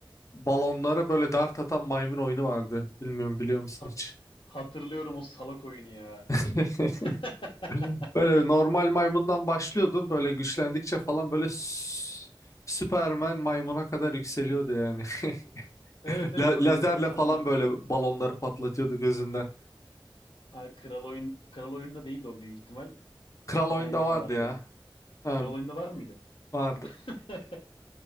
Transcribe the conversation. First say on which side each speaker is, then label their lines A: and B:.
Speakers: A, on the left; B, on the left.
A: balonlara böyle dart atan maymun oyunu vardı. Bilmiyorum biliyor musun
B: Hat-
A: hiç?
B: hatırlıyorum o salak oyunu ya.
A: <laughs>
B: <laughs>
A: Böyle normal maymundan başlıyordun. Böyle güçlendikçe falan böyle sü- Süpermen maymuna kadar yükseliyordu yani. <laughs>
B: Evet evet
A: La-
B: çok
A: lazerle
B: enteresan
A: falan
B: bir oyundu.
A: böyle balonları patlatıyordu gözünden.
B: Ha, kral oyun kral oyunda değildi o büyük ihtimal.
A: Kral
B: Bir
A: oyunda
B: tane daha
A: vardı
B: vardı.
A: ya. Ha,
B: Kral oyunda var mıydı?
A: vardı.
B: <laughs>